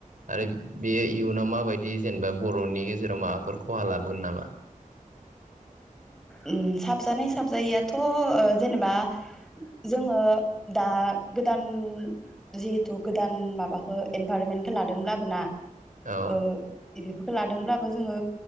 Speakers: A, on the right; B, in the centre.
A: आरो बेयो इयुनाव माबायदि जेनेबा बरनि गेजेराव माफोर खहा लाबोगोन नामा?
B: उम साबजानाय साबजायैयाथ' ओ जेनेबा जोङो दा गोदान जिहेथु गोदान माबाखो एनभारमेनखो लादों आरो ना
A: औ
B: ओ बेफोरखौ लादों लाबो जोङो